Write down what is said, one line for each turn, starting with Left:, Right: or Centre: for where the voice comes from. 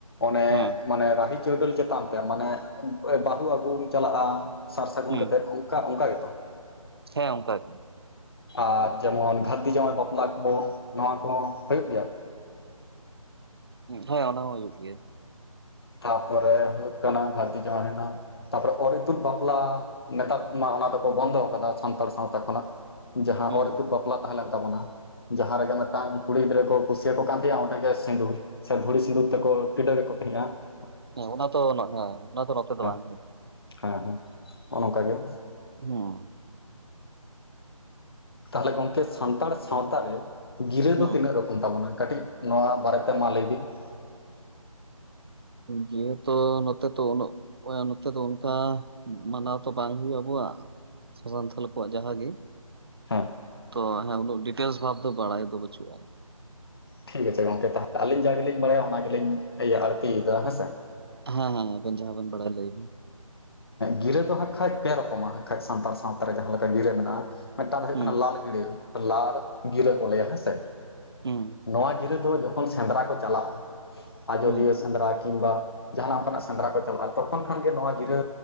Left: ᱚᱱᱮ
Right: ᱦᱮᱸ
Left: ᱢᱟᱱᱮ ᱨᱟᱦᱤ ᱪᱟᱹᱣᱰᱟᱹᱞ ᱪᱮᱛᱟᱱ ᱛᱮ ᱢᱟᱱᱮ ᱵᱟᱹᱦᱩ ᱟᱹᱜᱩᱢ ᱪᱟᱞᱟᱜᱼᱟ ᱥᱟᱨ ᱥᱟᱹᱜᱩᱱ
Right: ᱦᱮᱸ
Left: ᱠᱟᱛᱮᱜ ᱾ ᱠᱟ ᱚᱱᱠᱟ ᱜᱮ ᱛᱚ?
Right: ᱦᱮᱸ ᱚᱱᱠᱟ ᱜᱮ ᱾
Left: ᱟᱨ ᱡᱮᱢᱚᱱ ᱜᱷᱟᱹᱨᱫᱤ ᱡᱟᱶᱟᱭ ᱵᱟᱯᱞᱟ ᱠᱚ ᱱᱚᱣᱟ ᱠᱚ ᱦᱚᱸ ᱦᱳᱭᱳᱜ ᱜᱮᱭᱟ ᱾
Right: ᱦᱮᱸ ᱚᱱᱟ ᱦᱚᱸ ᱦᱩᱭᱩᱜ ᱜᱮᱭᱟ ᱾
Left: ᱛᱟᱯᱚᱨᱮ ᱦᱚᱭᱳᱜ ᱠᱟᱱᱟ, ᱜᱟᱹᱨᱫᱤ ᱡᱟᱭᱟᱭ ᱦᱤᱱᱟᱹ ᱛᱟᱯᱚᱨᱮ ᱚᱨ ᱤᱛᱩᱫ ᱵᱟᱯᱞᱟ ᱢᱮᱛᱟᱜ ᱢᱟ ᱚᱱᱟ ᱫᱚ ᱠᱚ ᱵᱚᱱᱫᱚ ᱟᱠᱟᱫᱟ ᱥᱟᱱᱛᱟᱲ ᱥᱟᱶᱛᱟ ᱠᱷᱚᱱᱟᱜ ᱾ ᱡᱟᱦᱟᱸ
Right: ᱦᱩᱸ
Left: ᱚᱨ ᱤᱛᱩᱫ ᱵᱟᱯᱞᱟ ᱛᱟᱦᱮᱸᱞᱮᱱ ᱛᱟᱵᱚᱱᱟ ᱾ ᱡᱟᱦᱟᱸ ᱨᱮᱜᱮ ᱢᱤᱫᱴᱟᱝ ᱠᱩᱲᱤ ᱜᱤᱫᱽᱨᱟᱹ ᱠᱚ ᱠᱩᱥᱤᱭᱟᱠᱚ ᱠᱟᱱ ᱛᱟᱦᱮᱸᱜᱼᱟ ᱚᱸᱰᱮ ᱜᱮ ᱥᱤᱸᱫᱩᱨ ᱾ ᱥᱮ ᱫᱷᱩᱲᱤ ᱥᱤᱸᱫᱩᱨ ᱛᱮᱠᱚ ᱴᱤᱰᱟᱹᱜ ᱮᱫ ᱠᱚ ᱛᱟᱦᱮᱸᱜᱼᱟ ᱾
Right: ᱦᱮᱸ ᱚᱱᱟ ᱛᱚ <unintelligible> ᱚᱱᱟ ᱫᱚ ᱱᱚᱛᱮ ᱫᱚ
Left: ᱦᱮᱸ
Right: ᱵᱟᱝ ᱦᱩᱭᱩᱜᱼᱟ ᱾
Left: ᱦᱮᱸ ᱦᱮᱸ ᱱᱚᱜ ᱱᱚᱝᱠᱟ ᱜᱮ ᱾
Right: ᱦᱩᱸ <inaudible>
Left: ᱛᱟᱦᱚᱞᱮ ᱜᱚᱝᱠᱮ ᱥᱟᱱᱛᱟᱲ ᱥᱟᱶᱛᱟ ᱨᱮ ᱜᱤᱨᱟᱹ
Right: ᱦᱩᱸ
Left: ᱫᱚ ᱛᱤᱱᱟᱹᱜ ᱨᱚᱠᱚᱢ? ᱛᱟᱵᱚᱱᱟ ᱠᱟᱹᱴᱤᱡ ᱱᱚᱣᱟ ᱵᱟᱨᱮᱛᱮ ᱢᱟ ᱞᱟᱹᱭ ᱵᱤᱱ ᱾
Right: ᱡᱮᱦᱚ ᱛᱚ ᱱᱚᱛᱮ ᱛᱚ ᱩᱱᱟᱹᱜ ᱱᱚᱜ ᱱᱚᱛᱮ ᱫᱚ ᱚᱱᱠᱟ ᱢᱟᱱᱟᱣ ᱛᱚ ᱵᱟᱝ ᱦᱩᱭᱩᱜᱼᱟ ᱟᱵᱚᱣᱟᱜ ᱥᱮ ᱥᱟᱱᱛᱟᱞ ᱠᱚᱣᱟᱜ ᱡᱟᱦᱟᱸ ᱜᱮ ᱾
Left: ᱦᱮᱸ
Right: ᱛᱚ ᱦᱮᱸ ᱩᱱᱟᱹᱜ ᱰᱤᱴᱮᱞᱥ ᱵᱷᱟᱵ ᱫᱚ ᱵᱟᱲᱟᱭ ᱫᱚ ᱵᱟᱹᱪᱩᱜᱼᱟ ᱾
Left: ᱴᱷᱤᱠ ᱟᱪᱷᱮ ᱜᱚᱝᱠᱮ ᱛᱟᱦᱮᱞᱤᱧ ᱡᱟ ᱜᱦᱮᱞᱤᱧ ᱵᱟᱲᱟᱭᱟ ᱚᱱᱟ ᱜᱮᱞᱤᱧ ᱤᱭᱟᱹ ᱟᱲᱛᱤᱭᱮᱫᱟ ᱦᱮᱸᱥᱮ ᱾
Right: ᱦᱮᱸ ᱦᱮᱸ ᱟᱵᱮᱱ ᱡᱟᱦᱟᱸ ᱵᱮᱱ ᱵᱟᱲᱟᱭ ᱞᱟᱹᱭ ᱵᱮᱱ ᱾᱾
Left: ᱜᱤᱨᱟᱹ ᱫᱚ ᱦᱟᱸᱜ ᱠᱷᱟᱡ ᱯᱮ ᱨᱚᱠᱚᱢᱟ ᱦᱟᱸᱠᱷᱟᱡ ᱥᱟᱱᱛᱟᱲ ᱥᱟᱶᱛᱟ ᱨᱮ ᱡᱟᱦᱟᱸ ᱞᱮᱠᱟ ᱜᱤᱨᱟᱹ ᱢᱮᱱᱟᱜᱼᱟ ᱾ ᱢᱤᱫᱴᱟᱝ ᱫᱚ ᱦᱩᱭᱩᱜ
Right: ᱦᱩᱸ
Left: ᱠᱟᱱᱟ ᱞᱟᱞ ᱜᱤᱲᱟᱹ ᱞᱟᱞ ᱜᱤᱨᱟᱹ ᱠᱚ ᱞᱟᱹᱭᱟ ᱦᱮᱸ ᱥᱮ
Right: ᱦᱩᱸ
Left: ᱱᱚᱣᱟ ᱜᱤᱨᱟᱹ ᱫᱚ ᱡᱚᱠᱷᱚᱱ ᱥᱮᱸᱫᱽᱨᱟ ᱠᱚ ᱪᱟᱞᱟᱜᱼᱟ ᱟᱡᱫᱤᱭᱟᱹ
Right: ᱦᱩᱸ
Left: ᱥᱮᱸᱫᱽᱨᱟ ᱠᱤᱢᱵᱟ, ᱾ ᱡᱟᱦᱱᱟᱜ ᱚᱱᱠᱟᱱᱟᱜ ᱥᱮᱸᱫᱽᱨᱟ ᱠᱚ ᱪᱟᱞᱟᱜᱼᱟ ᱛᱚᱠᱷᱚᱱ ᱠᱷᱟᱱ ᱜᱮ ᱱᱚᱣᱟ ᱜᱤᱨᱟᱹ